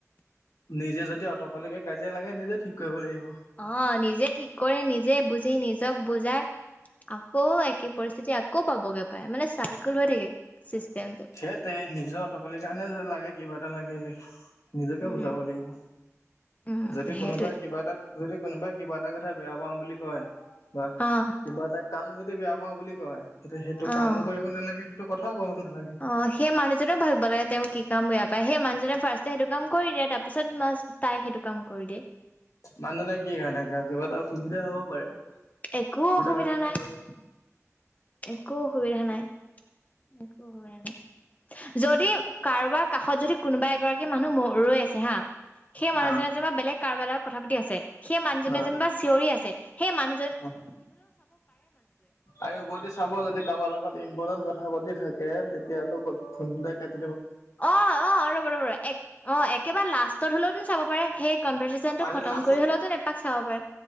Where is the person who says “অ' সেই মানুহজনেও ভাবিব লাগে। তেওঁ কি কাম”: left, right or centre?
Left